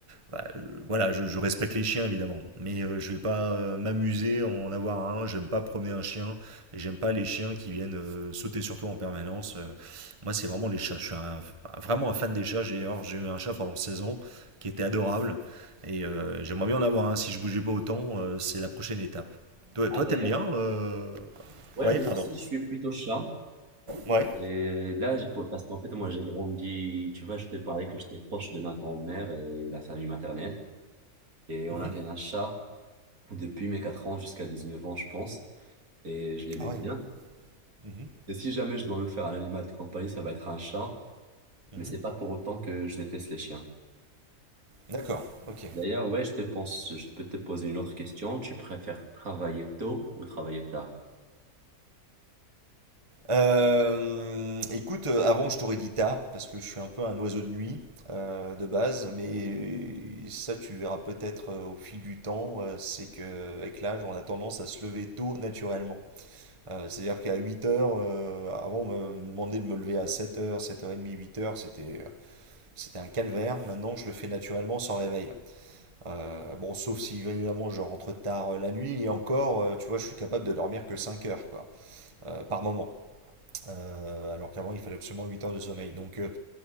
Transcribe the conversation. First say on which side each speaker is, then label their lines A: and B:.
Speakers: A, on the right; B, on the right.
A: bah, euh, voilà, je, je respecte les chiens évidemment, mais euh, je vais pas euh, m'amuser à en avoir un. J'aime pas promener un chien et j'aime pas les chiens qui viennent euh, sauter sur toi en permanence. Euh, moi, c'est vraiment les chats. Je suis un- vraiment un fan des chats. J'ai alors, j'ai eu un chat pendant 16 ans qui était adorable et euh, j'aimerais bien en avoir un. Si je bougeais pas autant, euh, c'est la prochaine étape. Toi,
B: Ah,
A: toi,
B: d'ailleurs,
A: t'aimes bien euh,
B: ouais,
A: Ouais,
B: moi
A: pardon.
B: aussi, je suis plutôt chat.
A: Ouais.
B: Et là, je pourrais- parce qu'en fait, moi, j'ai grandi, tu vois, je t'ai parlé que j'étais proche de ma grand-mère et la famille maternelle. Et on
A: Mhm.
B: avait un chat depuis mes 4 ans jusqu'à 19 ans, je pense. Et je l'aimais
A: Ah ouais.
B: bien.
A: Mhm.
B: Et si jamais je dois me faire un animal de compagnie, ça va être un chat.
A: Mhm.
B: Mais c'est pas pour autant que je déteste les chiens.
A: D'accord, ok.
B: D'ailleurs, ouais, je te pense, je peux te poser une autre question. Tu préfères travailler tôt ou travailler tard?
A: Euh, écoute, euh, avant je t'aurais dit tard, parce que je suis un peu un oiseau de nuit euh, de base, mais ça tu verras peut-être euh, au fil du temps, euh, c'est que avec l'âge on a tendance à se lever tôt naturellement. Euh, c'est-à-dire qu'à 8 heures, euh, avant on me demandait de me lever à 7 heures, 7h30, 8 heures, c'était euh, c'était un calvaire, maintenant je le fais naturellement sans réveil. Euh, bon, sauf si évidemment je rentre tard euh, la nuit, et encore, euh, tu vois, je suis capable de dormir que 5 heures quoi, euh, par moment. Euh, alors qu'avant, il fallait absolument 8 heures de sommeil. Donc, euh,